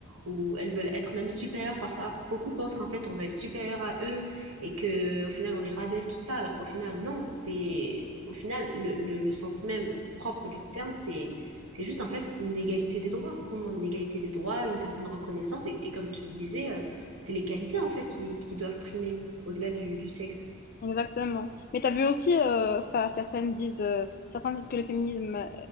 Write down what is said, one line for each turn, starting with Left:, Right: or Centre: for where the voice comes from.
Right: ou elles veulent être même supérieures. Parfois, beaucoup pensent qu'en fait on va être supérieur à eux et que au final on les rabaisse tout ça, alors qu'au final non. C'est au final le, le le sens même propre du terme, c'est juste en fait une égalité des droits, qu'on demande une égalité des droits, une certaine reconnaissance, et, et comme tu le disais, euh, c'est les qualités en fait qui, qui doivent primer au-delà du, du sexe.
Left: Exactement. Mais t'as vu aussi, euh, enfin, certaines disent, euh, certains disent que le féminisme, euh,